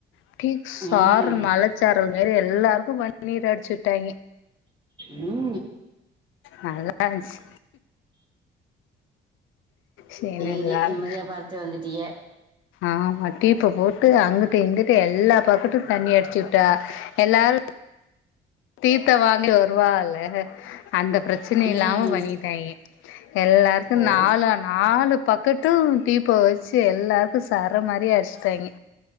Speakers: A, on the left (about 85°); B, on the right (about 25°).
A: அப்டியே சாரல்
B: ம்
A: மழச்சாரல் மாரி எல்லாருக்கு பன்னீர் அடிச்சு விட்டாங்க
B: ம்
A: நல்லாருஞ்சி சேரி
B: தேரி
A: எல்லாரு
B: நிம்மதியா பாத்து வந்துட்டீய
A: ஆமா டீப்ப போட்டு அங்குட்டு இங்குட்டு எல்லா பக்கட்டும் தண்ணி அடிச்சு விட்டா எல்லாரும் தீர்த்த வாங்கி வருவாகல அந்த பிரச்சன இல்லாம
B: ம்
A: பண்ணிட்டாங்கெ எல்லார்க்கு
B: ஓ
A: நாலு அண் நாலு பக்கட்டும் டீப்ப வச்சு எல்லாருக்கு சர மாரியா அடிச்சுட்டாங்க